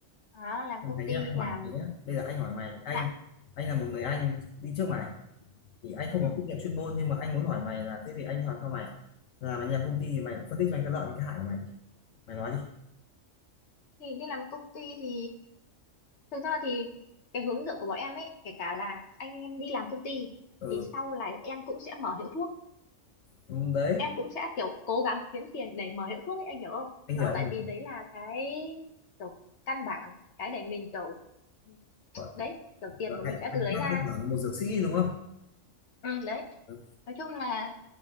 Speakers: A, on the left; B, on the left.
A: Đó, làm công
B: thấy nhá
A: ty
B: anh hỏi
A: làm
B: mày nhá bây giờ anh hỏi mày anh
A: dạng
B: anh là một người anh đi trước mày thì anh không
A: Ừ.
B: có kinh nghiệm chuyên môn nhưng mà anh muốn hỏi mày là thế thì anh hỏi sao mày làm anh em công ty thì mày phân tích cho anh cái lợi và cái hại của mày đi mày nói đi
A: thì đi làm công ty thì thực ra thì cái hướng dẫn của bọn em ấy kể cả là anh em đi làm công ty
B: ừ
A: thì sau này em cũng sẽ mở hiệu thuốc
B: ừ, đấy
A: em cũng sẽ kiểu cố gắng kiếm tiền để mở hiệu thuốc ấy anh hiểu không
B: anh
A: nó
B: hiểu anh
A: tại
B: hiểu
A: vì đấy là cái kiểu căn bản cái để mình kiểu ừ,
B: Gọi
A: đấy kiểu tiền
B: là
A: của mình
B: hạnh
A: sẽ
B: hạnh
A: từ đấy
B: trang
A: ra
B: cơ bản một dược sĩ đúng không
A: ừ, đấy
B: ừ.
A: nói chung là